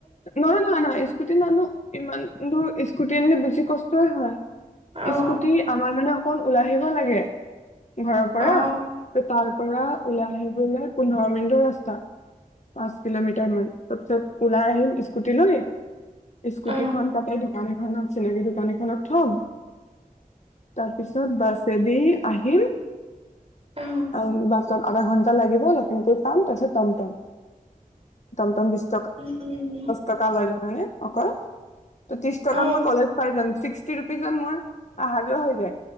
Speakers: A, on the left; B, on the right.
A: নহয় নহয় নহয় স্কুটি নানো ইমান দূৰ স্কুটি আনিলে বেছি কষ্টয়ে হয়।
B: অ
A: স্কুটি আমাৰ মানে অকণ ওলাই আহিব লাগে। ঘৰৰ পৰা
B: অ অ
A: তাৰ পৰা ওলাই আহি <unintelligible> পোন্ধৰ মিনিটৰ ৰাস্তা পাঁচ কিলমিটাৰ মান তাৰপিছত ওলাই আহিম। স্কুটি লৈ। স্কুটিখন
B: অ
A: তাতে দোকান এখনত চিনাকি দোকান এখনত থম। তাৰপিছত বাছেদি আহিম।
B: অ
A: আম বাছত আধা ঘন্টা লাগিব লখিমপুৰ পাম তাৰপিছত টমটম টমটম বিষ্ট
B: উম উম।
A: টকা লয় হয়নে অকল, ত্ৰিছটকাত
B: অ
A: মই কলেজ পাই যাং ছিক্স টি ৰুপিজত মই অহা-যোৱা হৈ যায়।